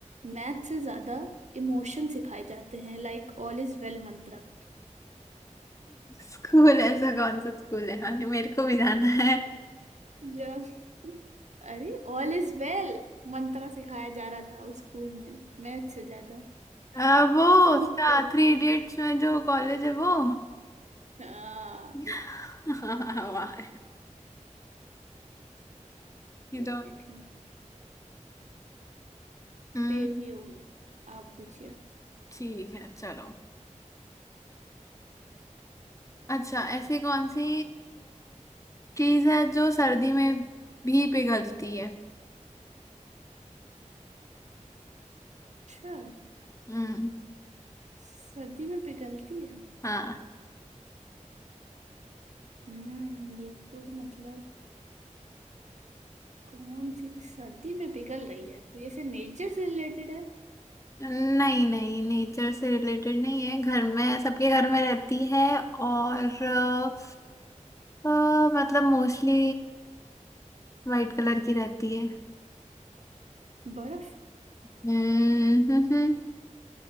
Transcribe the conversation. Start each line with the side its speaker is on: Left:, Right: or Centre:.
Right: मैथ से ज्यादा इमोशन सिखाए जाते हैं like all is well mantra
Left: स्कूल ऐसा कौन सा स्कूल है हाँ मेरे को भी जाना है
Right: जब <laughs> अरे ऑल इज वेल मंत्रा सिखाया जा रहा था उस स्कूल में मैथ से ज्यादा
Left: आ, वो
Right: कौन
Left: उसका
Right: crazy?
Left: थ्री इडियट्स में जो कॉलेज है वो
Right: हाँ
Left: <laughs> हाँ, वाह ये
Right: चलिए
Left: तो
Right: ठीक
Left: हम्म
Right: क्रेजी हो गया आप पूछिए
Left: ठीक है चलो अच्छा ऐसी कौन सी चीज है जो सर्दी में भी पिघलती है
Right: अच्छा
Left: हम्म
Right: सर्दी में पिघलती है
Left: हाँ
Right: हम्म ये तो मतलब कौन सी चीज़ सर्दी में पिघल रही है कोई ऐसे नेचर से रिलेटेड है
Left: नहीं नहीं नेचर से रिलेटेड नहीं है घर में सबके घर में रहती है और अ, अ, मतलब मोस्टली वाइट कलर की रहती है
Right: बर्फ
Left: हम्म हम्म, हम्म।